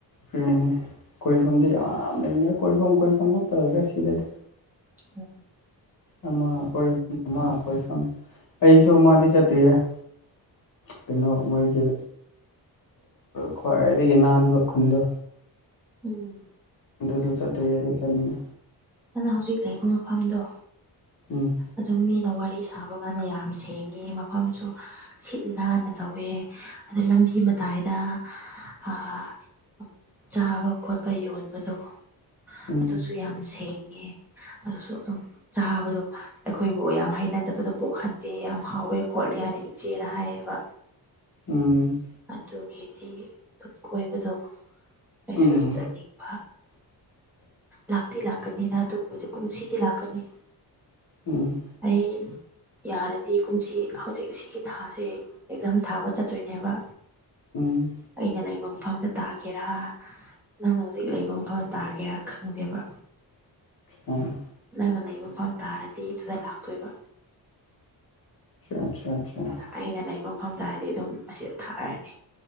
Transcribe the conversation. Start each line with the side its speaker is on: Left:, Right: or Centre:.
Left: ꯐꯅꯤ ꯀꯣꯏꯐꯝꯗꯤ ꯌꯥꯝ ꯂꯩꯅꯦ ꯀꯣꯏꯐꯝ ꯀꯣꯏꯐꯝ ꯉꯛꯄ ꯂꯣꯏꯔꯦ ꯁꯤꯗꯗꯤ
Centre: ꯍ
Left: ꯑꯃ ꯑꯩꯈꯣꯏ ꯑꯃ ꯑꯩꯈꯣꯏꯐꯝ ꯑꯩꯁꯨ ꯃꯥꯗꯤ ꯆꯠꯇ꯭ꯔꯤꯌꯦ ꯀꯩꯅꯣ ꯃꯣꯏꯒꯤ ꯈ꯭ꯋꯥꯏꯗꯒꯤ ꯅꯥꯟꯕ ꯈꯨꯟꯗꯣ
Centre: ꯎꯝ
Left: ꯑꯗꯨꯗ ꯆꯠꯇ꯭ꯔꯤ ꯑꯗꯨ ꯆꯠꯅꯤꯡꯉꯤ
Centre: ꯉꯅꯥ ꯍꯧꯖꯤꯛ ꯂꯩꯕ ꯃꯐꯝꯗꯣ
Left: ꯎꯝ
Centre: ꯑꯗꯨꯝ ꯃꯤꯅ ꯋꯥꯔꯤ ꯁꯥꯕ ꯀꯥꯟꯗ ꯌꯥꯝ ꯁꯦꯡꯉꯤ ꯃꯐꯝꯁꯨ ꯁꯤꯠ ꯅꯥꯟꯅ ꯇꯧꯋꯦ ꯑꯗꯨ ꯂꯝꯕꯤ ꯃꯇꯥꯏꯗ ꯑꯥ ꯆꯥꯕ ꯈꯣꯠꯄ ꯌꯣꯟꯕꯗꯣ
Left: ꯎꯝ
Centre: ꯑꯗꯨꯁꯨ ꯌꯥꯝ ꯁꯦꯡꯉꯦ ꯑꯗꯨꯁꯨ ꯑꯗꯨꯝ ꯆꯥꯕꯗꯣ ꯑꯩꯈꯣꯏꯕꯨ ꯌꯥꯝ ꯍꯩꯅꯗꯕꯗ ꯄꯣꯛꯍꯟꯗꯦ ꯌꯥꯝ ꯍꯥꯎꯋꯦ ꯈꯣꯠꯂꯦ ꯍꯥꯏꯅ ꯏꯆꯦꯅ ꯍꯥꯏꯌꯦꯕ
Left: ꯎꯝ
Centre: ꯑꯗꯨꯒꯤꯗꯤ ꯑꯗꯨꯝ ꯀꯣꯏꯕꯗꯣ ꯑꯩꯁꯨ
Left: ꯎꯝ
Centre: ꯆꯠꯅꯤꯡꯉ
Left: <unintelligible>
Centre: ꯂꯥꯛꯇꯤ ꯂꯥꯛꯀꯅꯤꯅ ꯑꯗꯨꯒꯕꯗꯤ ꯀꯨꯝꯁꯤꯗꯤ ꯂꯥꯛꯀꯅꯤ
Left: ꯎꯝ
Centre: ꯑꯩ ꯌꯥꯔꯗꯤ ꯀꯨꯝꯁꯤ ꯍꯧꯖꯤꯛ ꯁꯤꯒꯤ ꯊꯥꯁꯦ ꯑꯦꯛꯖꯝ ꯊꯥꯕ ꯆꯠꯇꯣꯏꯅꯦꯕ
Left: ꯎꯝ
Centre: ꯑꯩꯅ ꯂꯩꯕ ꯃꯐꯝꯗ ꯇꯥꯒꯦꯔꯥ ꯅꯪꯅ ꯍꯧꯖꯤꯛ ꯂꯩꯕ ꯃꯐꯝꯗ ꯇꯥꯒꯦꯔꯥ ꯈꯪꯗꯦꯕ
Left: ꯎꯝ
Centre: ꯅꯪꯅ ꯂꯩꯕ ꯃꯐꯝ ꯇꯥꯔꯗꯤ ꯑꯗꯨꯗ ꯂꯥꯛꯇꯣꯏꯕ
Left: ꯑꯆꯥ ꯑꯆꯥ ꯆꯥ
Centre: ꯑꯩꯅ ꯂꯩꯕ ꯃꯐꯝ ꯇꯥꯔꯗꯤ ꯑꯗꯨꯝ ꯑꯁꯤꯗ ꯊꯥꯔꯅꯤ